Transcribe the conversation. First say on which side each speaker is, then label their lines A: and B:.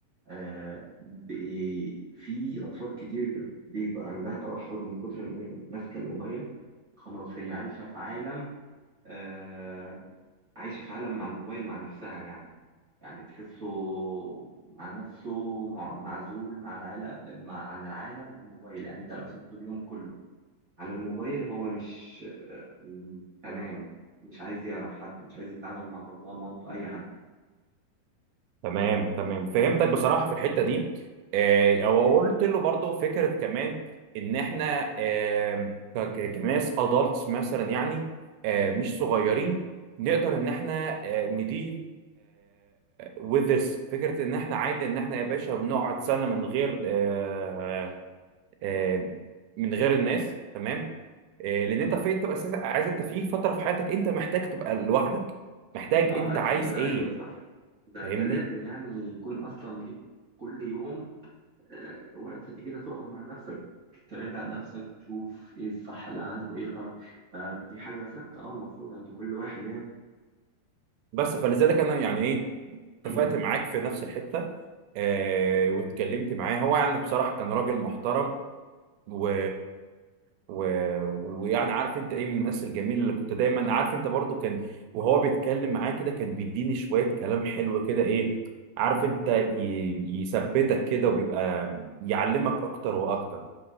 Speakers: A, on the right; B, on the right.
A: آه، بي- في أطفال كتير بيب- بيبقى عندها توحد من كتر إن هي ماسكة الموبايل خلاص هي عايشة في عالم آه، عايشة في عالم مع الموبايل مع نفسها يعني يعني تحسه مع نفسه مع- معزول مع العالم مع عن العالم بالموبايل يعني أنت لو سبته اليوم كله على الموبايل هو مش آه، م- تمام مش عايز يعرف حد مش عايز يتعامل مع باباه مامته أي حد
B: تمام تمام فهمتك بصراحة في الحتة دي آه، او قلت له برضو فكرة كمان ان احنا آه، ك- ك- كناس ادلتس مثلا يعني آه، مش صغيرين نقدر ان احنا نديل with this فكرة ان احنا عادي ان احنا يا باشا بنقعد سنة من غير آه، آه، من غير الناس تمام آه، لان انت في تبقى اساسا عايز انت في فترة في حياتك انت محتاج تبقى لوحدك محتاج
A: اه
B: انت
A: اكيد
B: عايز
A: ايوه
B: ايه
A: صح ده
B: فاهمني
A: ده لازم يعني يكون اصلا ليك كل يوم آه، وقت كده تقعد مع نفسك تراجع نفسك تشوف ايه الصح اللي عملته وايه الغلط ده دي حاجة ثابتة اه المفروض عند كل واحد يعني
B: بس فلذلك انا يعني ايه
A: <clears throat>
B: اتفقت معاك في نفس الحته آه واتكلمت معاه هو يعني بصراحه كان راجل محترم و... و... ويعني عارف انت ايه من الناس الجميله اللي كنت دايما عارف انت برضو كان وهو بيتكلم معاه كده كان بيديني شويه كلام حلو كده ايه عارف انت ي... يثبتك كده وبيبقى يعلمك اكتر واكتر